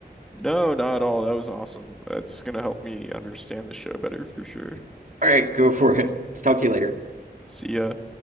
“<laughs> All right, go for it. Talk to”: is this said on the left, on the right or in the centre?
Right